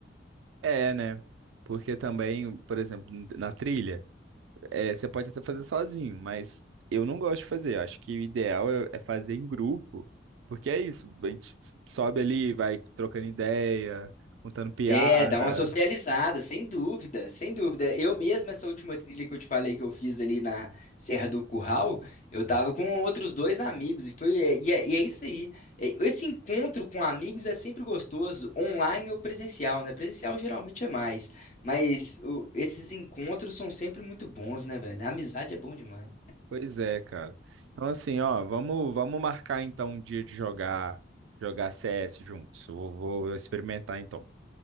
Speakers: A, on the right; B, on the left.
A: É, né? Porque também, por exemplo, na trilha. É, você pode até fazer sozinho, mas eu não gosto de fazer. Eu acho que o ideal é é fazer em grupo, porque é isso. A gente sobe ali, vai trocando ideia, contando piada.
B: É, dá uma socializada, sem dúvida, sem dúvida. Eu mesmo, essa última trilha que eu te falei que eu fiz ali na Serra do Curral, eu tava com outros dois amigos, e foi, e é, e é isso aí. É, Esse encontro com amigos é sempre gostoso, online ou presencial, né? Presencial geralmente é mais, mas o- esses encontros são sempre muito bons, né, velho? A amizade é bom demais.
A: Pois é, cara. Então, assim, ó, vamos, vamos marcar então um dia de jogar, jogar CS juntos. Eu Vou, vou experimentar então.